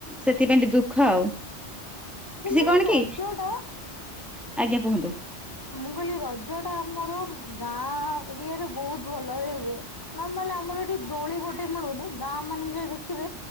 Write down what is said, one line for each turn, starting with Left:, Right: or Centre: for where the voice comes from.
Centre: ସେଥିପାଇଁ ଟିକେ ଦୁଃଖ ଆଉ।
Left: କିନ୍ତୁ
Centre: ସେ କଣ
Left: ରଜ
Centre: କି
Left: ଟା
Centre: ଆଜ୍ଞା କୁହନ୍ତୁ?
Left: କହିଲ ରଜ ଟା ଆମର ଗାଁ ଏରିଆରେ ବହୁତ ଭଲରେ ହୁଏ ନରମାଲ ଆମରି ଦୋଳି ଗୋଟେ ମିଳୁନି ଗାଁ ମାନଙ୍କରେ ଦେଖିବେ